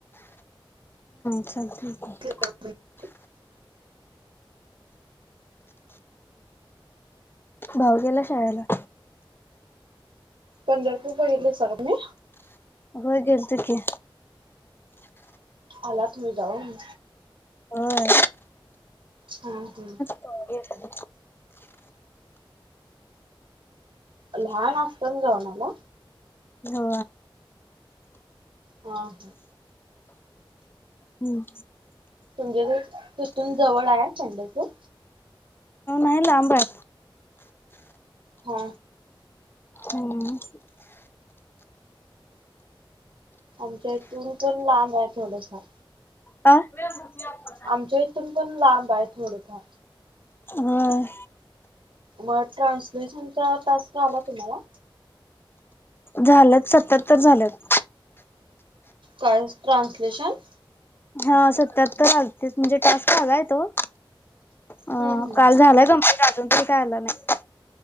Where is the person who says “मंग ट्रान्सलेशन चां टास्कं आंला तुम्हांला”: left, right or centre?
Right